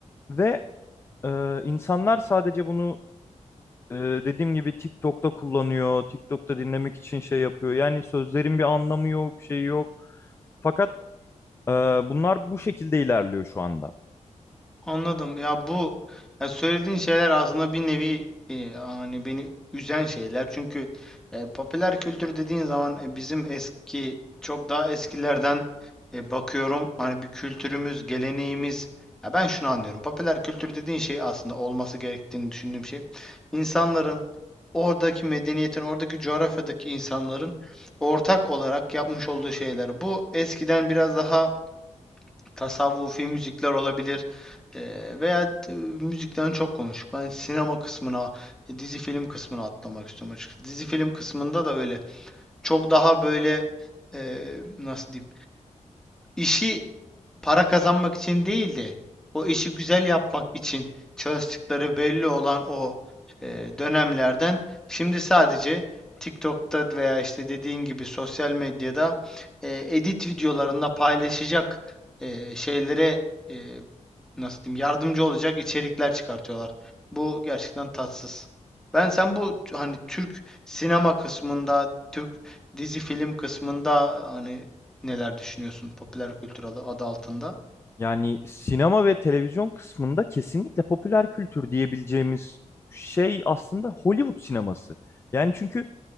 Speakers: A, on the left; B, in the centre.
A: ve e, insanlar sadece bunu e, dediğim gibi TikTok'ta kullanıyor, TikTok'ta dinlemek için şey yapıyor. Yani sözlerin bir anlamı yok, şey yok. Fakat e, bunlar bu şekilde ilerliyor şu anda.
B: Anladım. Ya bu ya söylediğin şeyler aslında bir nevi e, hani beni üzen şeyler. Çünkü e, popüler kültür dediğin zaman e, bizim eski çok daha eskilerden e, bakıyorum. Hani bir kültürümüz, geleneğimiz. Ya ben şunu anlıyorum. Popüler kültür dediğin şey aslında olması gerektiğini düşündüğüm şey. İnsanların oradaki medeniyetin, oradaki coğrafyadaki insanların ortak olarak yapmış olduğu şeyler. Bu eskiden biraz daha tasavvufi müzikler olabilir Eee, veya t- müzikten çok konuştuk. Ben sinema kısmına, e, dizi film kısmına atlamak istiyorum açıkçası. Dizi film kısmında da öyle. Çok daha böyle eee, nasıl diyeyim? İşi para kazanmak için değil de o işi güzel yapmak için çalıştıkları belli olan o eee, dönemlerden şimdi sadece TikTok'ta veya işte dediğin gibi sosyal medyada eee, edit videolarında paylaşacak eee, şeylere e, nasıl diyeyim yardımcı olacak içerikler çıkartıyorlar. Bu gerçekten tatsız. Ben sen bu t- hani Türk sinema kısmında, Türk dizi film kısmında hani neler düşünüyorsun popüler kültür adı, adı altında?
A: Yani sinema ve televizyon kısmında kesinlikle popüler kültür diyebileceğimiz şey aslında Hollywood sineması. Yani çünkü